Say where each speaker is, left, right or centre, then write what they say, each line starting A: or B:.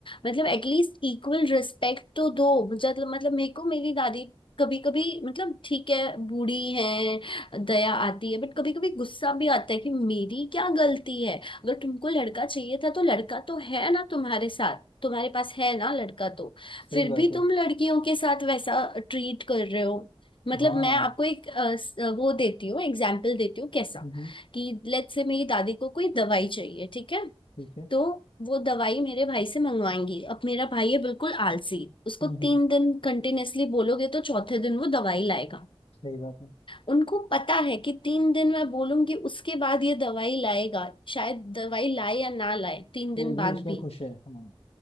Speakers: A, on the left (about 55°); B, on the left (about 80°).
A: मतलब एटलीस्ट इक्वल रिस्पेक्ट तो दो मतलब मतलब मेरे को मेरी दादी कभी कभी मतलब ठीक है बूढ़ी है दया आती है बट कभी कभी गुस्सा भी आता है कि मेरी क्या गलती है अगर तुमको लड़का चाहिए था तो लड़का तो है ना तुम्हारे साथ तुम्हारे पास है ना लड़का तो
B: सही
A: फिर
B: बात
A: भी
B: है
A: तुम लड़कियों के साथ वैसा ट्रीट कर रहे हो मतलब
B: हाँ
A: मैं आपको एक अ, स- अ, वो देती हूँ एग्जाम्पल देती हूँ कैसा
B: हम्म हम्म,
A: कि लेट्स से मेरी दादी को कोई दवाई चाहिए ठीक है
B: ठीक है
A: तो वो दवाई मेरे भाई से मंगवाएंगी अब मेरा भाई है बिल्कुल आलसी उसको
B: हम्म हम्म,
A: तीन दिन कंटिन्यूअसली बोलोगे तो चौथे दिन वो दवाई लाएगा
B: सही बात है
A: उनको पता है कि तीन दिन मैं बोलूंगी उसके बाद ये दवाई लाएगा शायद दवाई लाए या ना लाए तीन
B: फिर
A: दिन
B: भी
A: बाद
B: उसमें
A: भी
B: खुश है हाँ